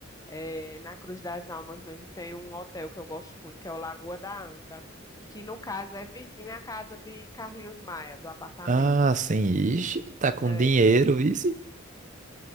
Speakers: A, on the left; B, on the right.
A: É, na Cruz das Almas mesmo tem um hotel que eu gosto muito, que é o Lagoa da Anta, que no caso é vizinho à casa de Carlinhos Maia, do apartamento.
B: Ah, sim. Ixi, tá com
A: É.
B: dinheiro, vice.